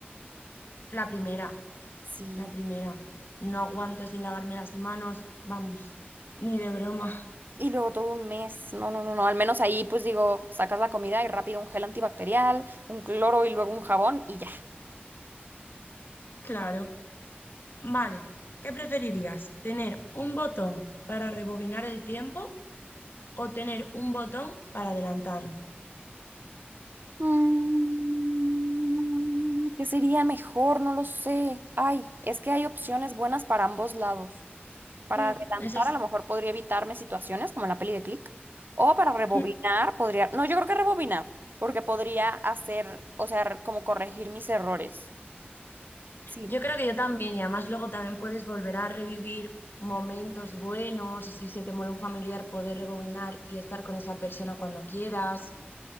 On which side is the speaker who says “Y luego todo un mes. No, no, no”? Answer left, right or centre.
Right